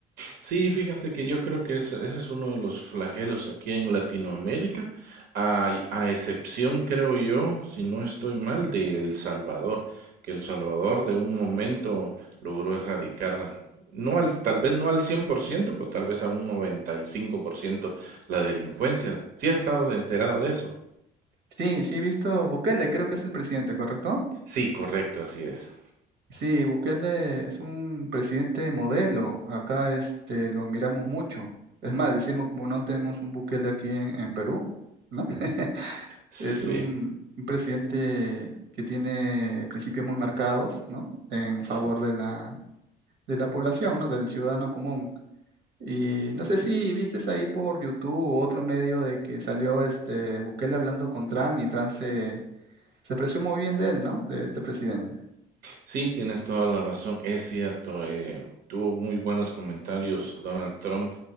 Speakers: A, on the right (about 65°); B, on the right (about 90°).
A: Sí, fíjate que yo creo que eso- ese es uno de los flagelos aquí en Latinoamérica, a, a excepción, creo yo, si no estoy mal, de El Salvador, que El Salvador de un momento logró erradicar, no al, tal vez no al 100% pero tal vez a un 95% la delincuencia. ¿Sí has estado enterado de eso?
B: Sí, sí he visto Bukele, creo que es el presidente, ¿correcto?
A: Sí, correcto, así es.
B: Sí, Bukele es un presidente modelo. Acá este lo admiramos mucho. Es más, decimos como no tenemos un Bukele aquí en, en Perú, ¿no? <laughs>
A: Sí,
B: Es un, un presidente que tiene principios muy marcados, ¿no? En
A: sí.
B: favor de la, de la población, ¿no? Del ciudadano común. Y no sé si viste ahí por YouTube u otro medio de que salió este Bukele hablando con Trump y Trump se, se expresó muy bien de él, ¿no? De este presidente.
A: Sí, tienes toda la razón, es cierto. eh, tuvo muy buenos comentarios Donald Trump